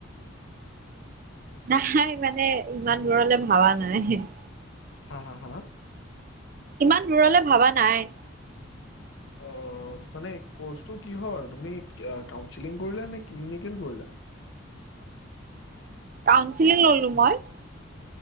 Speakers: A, on the right (about 40°); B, on the left (about 65°).
A: নাই মানে ইমান দূৰলৈ ভাৱা নাই ।
B: হা হা হা
A: ইমান দূৰলৈ ভাবা নাই ।
B: অ মানে কোৰ্সটো কিহৰ মানে তুমি কাউচিলিং কৰিলা নে ক্লিনিকেল কৰিলা ।
A: কাউঞ্চিলিং ললো মই ।